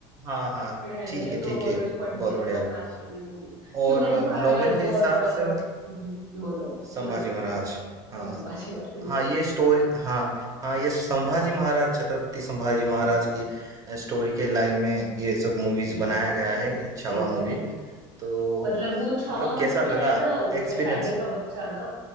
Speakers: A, on the right; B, on the right.
A: हाँ, हाँ।
B: पढ़ा है
A: ठीक
B: मैंने
A: है,
B: तो
A: ठीक
B: ऑलरेडी
A: है।
B: पढ़ लिया
A: बहुत बढ़िया
B: है तो अब
A: होगा
B: मैं आपको दे दूंगी
A: और
B: शिवाजी महाराज
A: नॉवेल
B: और
A: के हिसाब
B: अ,
A: से मतलब
B: हम्म, बोलो
A: संभाजी
B: बोलो बोलो
A: महाराज। हाँ,
B: और Sambhaji Maharaj
A: हाँ, ये स्टोरी हाँ, हाँ, ये संभाजी महाराज, छत्रपति संभाजी महाराज
B: Yes
A: की अ, स्टोरी के लाइन में ये सब मूवीज़
B: yes
A: बनाया गया
B: yes
A: है, छावा
B: exactly
A: मूवी। तो
B: मतलब वो छावा
A: मतलब
B: मतलब
A: कैसा लगा
B: क्या है ना जैसे
A: एक्सपीरियंस?
B: टाइगर का बच्चा ना